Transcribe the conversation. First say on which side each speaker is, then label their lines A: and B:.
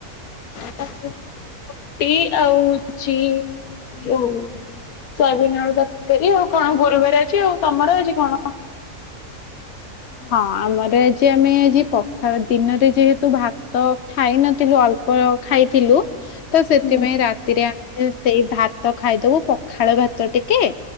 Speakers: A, on the left; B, on the left.
A: ରାତିରେ ରୁଟି ଆଉ ହୋଉଛି ଯୋଉ ସୋୟାବିନ ଆଳୁ ତରକାରୀ ଆଉ କଣ ଗୁରୁବାର ଅଛି ଆଉ ତମର ଆଜି କଣ?
B: ହଁ ଆମର ଆଜି ଆମେ ଆଜି ପଖାଳ ଦିନରେ ଯେହେତୁ ଭାତ ଖାଇ ନଥିଲୁ ଅଳ୍ପ ଖାଇଥିଲୁ ତ ସେଥିପାଇଁ
A: ହୁଁ
B: ରାତିରେ ଆମେ ସେଇ ଭାତ ଖାଇଦବୁ ପଖାଳ ଭାତ ଟିକେ